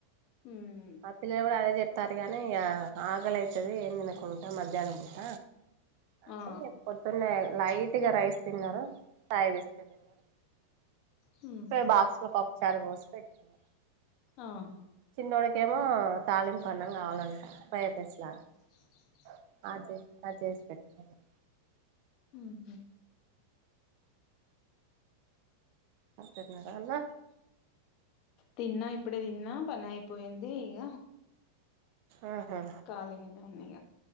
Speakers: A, on the left; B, on the right.
A: ఉం
B: మా పిల్లలు కూడ అదే చెప్తార్రు కనీ ఇగ ఆకలై తది ఏం తినకుంటా మధ్యాహ్నం పూట అనీ
A: ఆ
B: <inaudible> కొన్నే లైట్గ రైస్ తిన్నాను <unintelligible>
A: ఉహు
B: ఇప్పుడే బాక్స్ లో పప్పుచారు పోసి పెట్కున్న
A: ఆహా
B: చిన్నోడికేమో తాళింపన్నం కావాలంటా ఫ్రైడ్రైస్ లాగా
A: ఆ
B: <unintelligible>
A: ఉం హుం
B: వస్త తియ్యరాదన్న
A: తిన్నా ఇప్పుడే తిన్నా పనయిపోయింది ఇగ
B: ఆహా
A: ఖాళీగనే ఉన్నిగ